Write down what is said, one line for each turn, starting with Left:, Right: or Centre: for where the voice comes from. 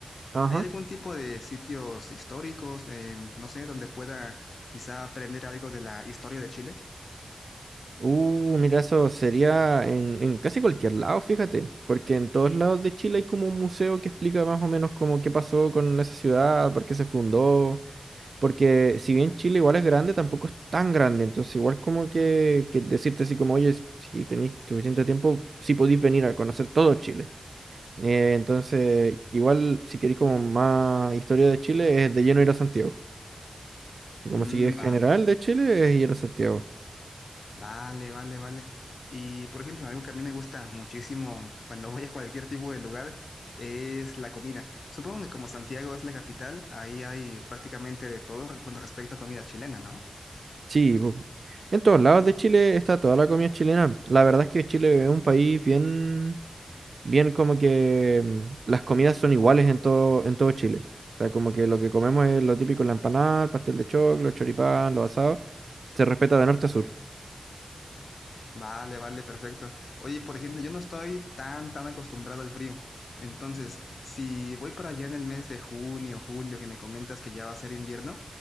Right: Ajá.
Left: ¿hay algún tipo de sitios históricos, eh, no sé, donde pueda quizá aprender algo de la historia de Chile?
Right: Uh, mira, eso sería en, en casi cualquier lado, fíjate, porque en todos lados de Chile hay como un museo que explica más o menos como qué pasó con esa ciudad, por qué se fundó, porque si bien Chile igual es grande, tampoco es tan grande, entonces igual como que, que decirte así como, oye, si, si tenéis suficiente tiempo, sí podéis venir a conocer todo Chile. Eh, entonces, igual si queréis como más historia de Chile, es de lleno ir a Santiago. Así como
Left: Mm,
Right: si es
Left: va.
Right: general de Chile, es ir a Santiago.
Left: Vale, vale, vale. Y por ejemplo, algo que a mí me gusta muchísimo cuando voy a cualquier tipo de lugar es la comida. Supongo que como Santiago es la capital, ahí hay prácticamente de todo con respecto a comida chilena, ¿no?
Right: Sí, pu- en todos lados de Chile está toda la comida chilena. La verdad es que Chile es un país bien, bien como que mm, las comidas son iguales en todo, en todo Chile. O sea, como que lo que comemos es lo típico, la empanada, el pastel de choclo, el choripán, los asados. Se respeta de norte a sur.
Left: Vale, vale, perfecto. Oye, por ejemplo, yo no estoy tan, tan acostumbrado al frío. Entonces, si voy para allá en el mes de junio, julio, que me comentas que ya va a ser invierno,